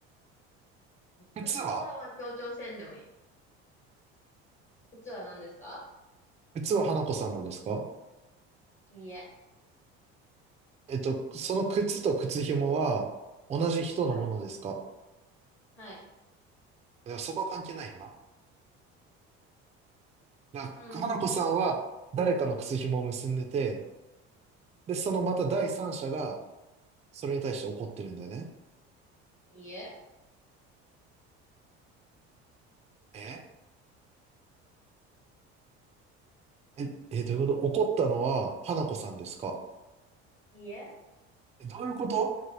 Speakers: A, on the right (about 20°); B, on the left (about 35°).
A: 靴は
B: 靴紐は、まあ、協調せんでもいい。靴は何ですか
A: 靴は花子さんのですか
B: いいえ。
A: えっと、その靴と靴紐は、同じ人のものですか
B: はい。はい。
A: いや、そこは関係ないよな。だから、
B: うーん。
A: 花子さんは、誰かの靴紐を結んでて、で、そのまた第三者が、それに対して怒ってるんだよね。
B: いいえ
A: ええ、え、どういうこと怒ったのは、花子さんですか
B: いいえ
A: え、どういうこと